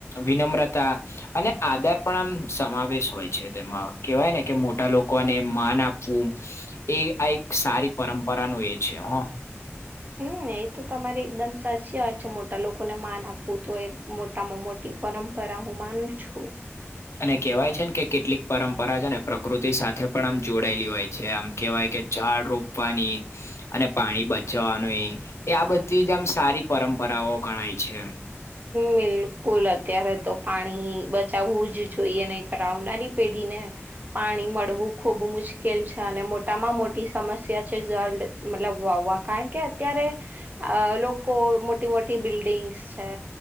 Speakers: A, on the left (about 70°); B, on the right (about 40°).
A: વિનમ્રતા અને આધાર પણ આમ સમાવેશ હોય છે તેમાં કેવાય ને કે મોટા લોકોને માન આપવું એ આ એક સારી પરંપરા નો એ છે હા
B: હમ્મ એ તો તમારી એકદમ સાચી વાત છે મોટા લોકોને માન આપવું તો એ મોટામાં મોટ પરંપરા હું માનું છું.
A: અને કેહેવાય છે ને કે કેટલીક પરંપરા અને પ્રકૃતિ સાથે પણ આમ જોડાયેલી હોય છે આમ કેવાય કે ઝાડ રોપવાની અને પાણી બચવાનું એ આ બધી જ આમ સારી પરંપરાઓ ગણાય છે.
B: બિલકુલ અત્યારે તો પાણી બચાવવું જ જોઈએ નહી કર આવનારી પેઢીને પાણી મળવું ખૂબ મુશ્કેલ છે અને મોટામાં મોટી સમસ્યા છે જળડ મતલબ વાવવા કારણ કે અત્યારે અ લોકો મોટી મોટી બિલ્ડિંગસ છે